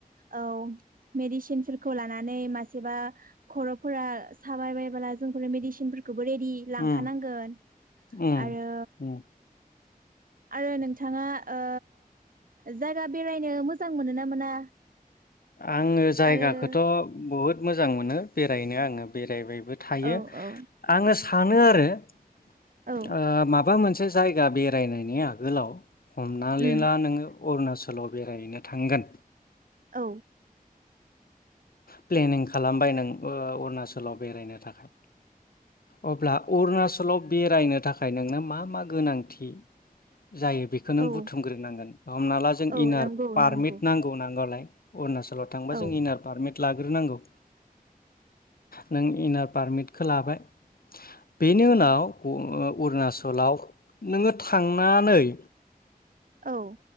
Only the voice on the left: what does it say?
उम
उम
उम
आङो जायगाखौथ'
बहुद मोजां मोनो। बेरायनो आङो बेरायबाय थायो
आङो सानो आरो। ओ
माबा मोनसे। मोनसे जायगा बेरायनायनि आगोलाव हमनानै
ला नोङो अरुणाचलाव बेरायहैनो थांगोन
प्लेनिं खालामबाय नों अरुणाचलाव बेरायनो थाखाय अब्ला अरुणाचलाव बेरायनो थाखाय नोंनो मा मा गोनांथि जायो बेखौ नों
बुथुमग्रोनांगोन हमना ला जों
इनार
पारमिट
नांगौ नांगौलाय अरनाच सलाव थांबा
जों इनार फारमिट लाग्रोनांगौ नों इनार पारमिटखौ लाबाय बेनि उनाव अरुणचलाव नोङो थांनानै ओ